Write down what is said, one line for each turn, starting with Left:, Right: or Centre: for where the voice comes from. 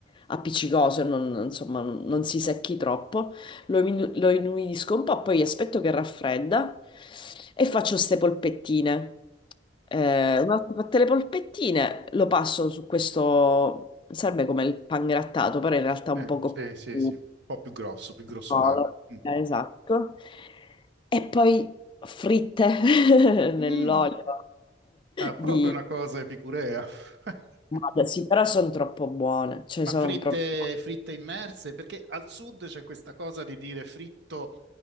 Left: appiccicoso e non, insomma, non non si secchi troppo. Lo, inu- lo inumidisco un po', poi aspetto che raffredda e faccio queste polpettine. Eh, una volta fatte le polpettine, lo passo su questo, serve come il pangrattato, però in realtà
Right: sì,
Left: un poco
Right: sì, sì,
Left: più
Right: sì. Un po' più grosso, più grossolano.
Left: Solo.
Right: Mm.
Left: Eh, Esatto. E poi fritte <laughs> nell'olio
Right: Mm. Ah, proprio
Left: di...
Right: una cosa epicurea. <laughs>
Left: Vabbè, Sì, però sono troppo buone, cioè
Right: Ma
Left: sono
Right: fritte,
Left: proprio...
Right: fritte immerse? Perché al sud c'è questa cosa di dire fritto